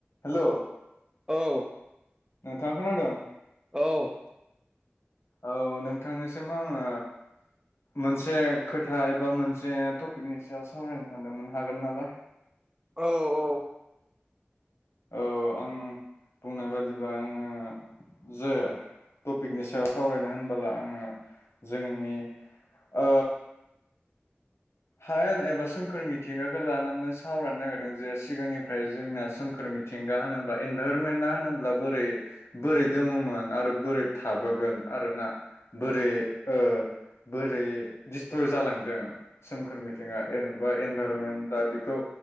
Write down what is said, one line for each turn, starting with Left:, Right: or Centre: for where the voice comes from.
Left: हेलौ
Right: औ
Left: नोंथाङा खोनादों?
Right: औ
Left: औ नोंथांनिसिम आङो मोनसे खोथा एबा मोनसे टपिकनि सायाव सावरायनो सानदोंमोन हागोन नालाय?
Right: औ
Left: औ आं बुंनाय बादिब्ला आङो। जे टपिकनि सायाव सावरायनो होनबोला आङो जोंनि ओ हायेन एबा सोमखोर मिथिंगाखौ लानानै सावरायनो नागिरदों जे सिगांनि ओमफ्राय जोंना सोमखोर मिथिंगा होनोब्ला एनभाइरनमेन्टना होनोब्ला बोरै बोरै दङमोन आरो बोरै थाबोगोन आरोना बोरै ओ बोरै डिस्ट्रिय जालांदों। सोमखोर मिथिंगा जेनेबा एनभाइरमेन्टा बेखौ